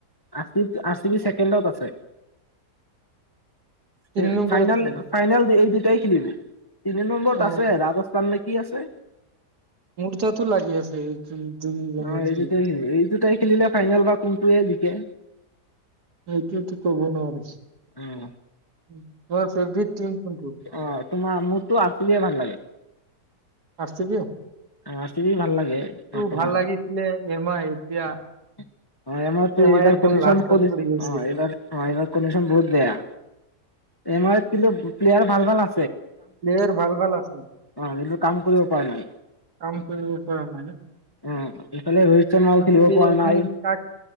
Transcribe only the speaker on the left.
R C, R C B ছেকেণ্ডত আছে। এহ,
ফাইনেল
ফাইনেল এই দে তই খেলিবি? তিনি নম্বৰত
আছে ৰাজস্থান নে কি আছে?
অ এই
দুটাই হয়, এই দুটাই খেলিলে ফাইনেল বা কোনটোৱে জিকে?
অহ
অ তোমাৰ? মোৰটো আৰ চি বি এ ভাল লাগে।
<unintelligible> ভাল লাগে
বৰ্তমান,
<unintelligible>
এইবাৰ
কণ্ডিচন‌
- কণ্ডিচ
অ এইবাৰ অ এইবাৰ কণ্ডিচন বহুত বেয়া। এম আইত কিন্তু, প্লেয়াৰ ভাল ভাল আ
অ কিন্তু কাম কৰিব পৰা নাই
অ এইফালে ৰোহিত শৰ্মাও
খেলিব
পৰা নাই